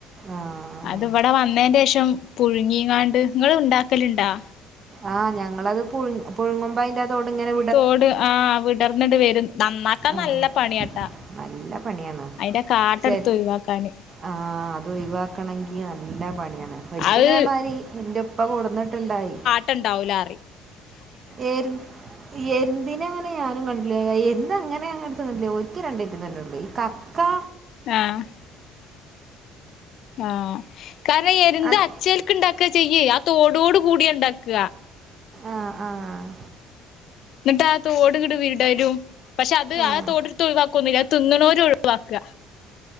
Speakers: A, on the right (about 30°); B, on the left (about 50°).
A: ആ
B: അത് ഇവിടെ വന്നന്റെഷം പുഴുങ്ങിങ്ങാണ്ട് നിങ്ങള് ഉണ്ടാക്കലുണ്ടാ
A: ആഹ് ഞങ്ങളത് പുഴ പുഴുങ്ങുമ്പോയിൻ്റാ തോടിങ്ങനെ
B: തോട് ആഹ് വിടർന്നിട് വെരും നന്നാക്കാൻ
A: ആഹ്
B: നല്ല പണിയാ
A: നല്ല പണിയാണ്
B: അയിന്റെ കാട്ടെടുത്ത്
A: ചെ
B: ഒയിവാക്കാന്
A: ആഹ് അത് ഒയിവാക്കണെങ്കി നല്ല പണിയാണ് ഒരിക്കലതേമായിരി
B: അത്
A: എൻ്റെ ഉപ്പ കെട്ന്നിട്ടുണ്ടായി
B: ട്ടുണ്ടാവൂല റിം
A: എര്ന്ത് എര്ന്തിന അങ്ങനെ ഞാനും കണ്ടില്ലേ എന്തങ്ങനെ അങ്ങനെടുത്ത് തന്നില്ലേ ഒറ്റക്ക് രണ്ടക്കും തന്നുള്ളു ഈ ക
B: ആഹ ആഹ കാരണം എരുന്ത്
A: അത്
B: ചക്ക് ഇണ്ടാക്കുക ചെയ്യേ ആ തോടോട് കൂടിയ ഉണ്ടാക്കുക
A: ആഹ് ആഹ്
B: എന്നിട്ട് ആ തോട കിട് വീടരും പക്ഷെ അത്
A: ആഹ്
B: ആ തോടിടുത്ത്ഴിവാ ന്നില്ല തിന്നണൂര് ഒഴിവാക്കുക